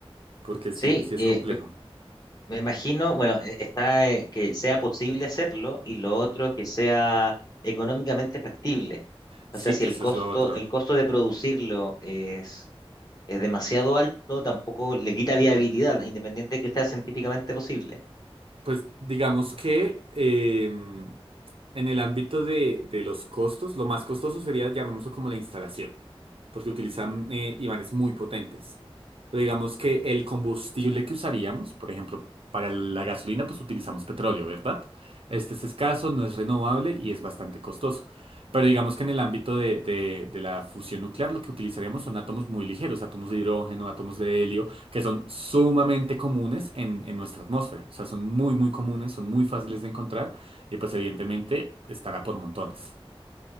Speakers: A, on the right; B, on the left.
A: porque sí,
B: Sí,
A: sí es
B: eh,
A: complejo.
B: Me imagino, bueno, e- está eh, que sea posible hacerlo y lo otro que sea económicamente factible.
A: Sí,
B: O sea, si
A: eso
B: el costo,
A: es lo otro.
B: el costo de producirlo es, es demasiado alto, tampoco le quita viabilidad, independiente de que sea científicamente posible.
A: Pues digamos que em, en el ámbito de, de los costos, lo más costoso sería, llamémoslo como la instalación, porque utilizan eh, imanes muy potentes. Pero digamos que el combustible que usaríamos, por ejemplo, para la gasolina, pues utilizamos petróleo, ¿verdad? Este es escaso, no es renovable y es bastante costoso. Pero digamos que en el ámbito de, de de la fusión nuclear, lo que utilizaríamos son átomos muy ligeros, átomos de hidrógeno, átomos de helio, que son sumamente comunes en, en nuestra atmósfera. O sea, son muy, muy comunes, son muy fáciles de encontrar y pues evidentemente estará por montones.